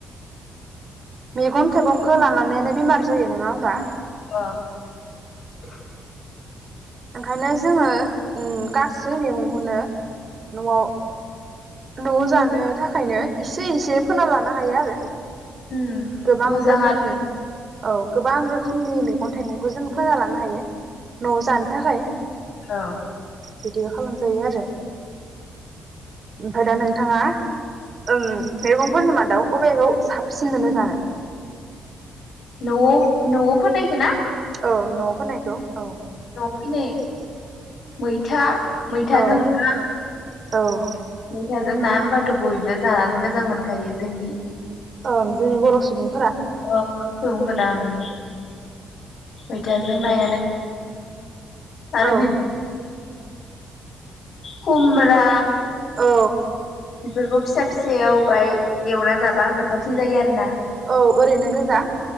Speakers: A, on the right; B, on the left.
A: मैगन थाइगनखो लानानैनो बेमार जायो नङा होमबा
B: <inaudible>
A: ओंखायनो जोङो गासै मैगंखौनो नआव न'आव जानो थाखायनो इसे इसे फोनान लानो हायो आरो।
B: उम
A: गोबां
B: मोजां
A: रोखोम
B: आरो
A: नि औ गोबां रोखोमनि मैगं थाइगंखौ जों फाना लानो हायो। न'आव जानो थाखाय
B: औ
A: बिदिबा खालाम जायो आरो ओमफाय दा नों नोंथाङा ओम मैगंफोरनि मादाव अबेखौ सा सिनमोनो जानो
B: न'आव न'आव फोननायखौ ना
A: औ न'आव फोननायखौ औ <unintelligible>
B: न'आव फिनाय मैथा मैथाजों
A: औ
B: ना
A: औ
B: मैथाजों ना होनबाथ' बयबो जानानै मोजां मोनखायो जोंनि
A: ओं जोंनि बर' सुबुं
B: अ सुबुंफोरा ओं मैथाजों
A: ओमफ्राय
B: नायानो आरो
A: औ
B: बिब खुमरा
A: औ
B: बेफोरखौ फिसा फिसायाव बाहाय एवना जाबा गोथावसिन जायो आरो ना
A: औ ओरैनो गोजा